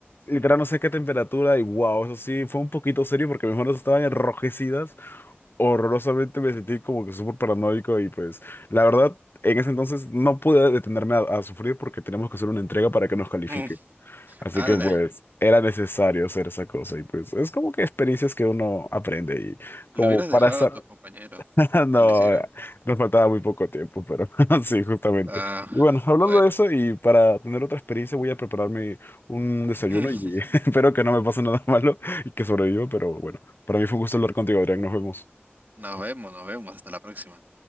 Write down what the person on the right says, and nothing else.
Mm,
ala,
lo hubieras
dejado
a tus compañeros
que lo hicieron.
Ah,
bueno.
<laughs>
Nos vemos, nos vemos, hasta la próxima.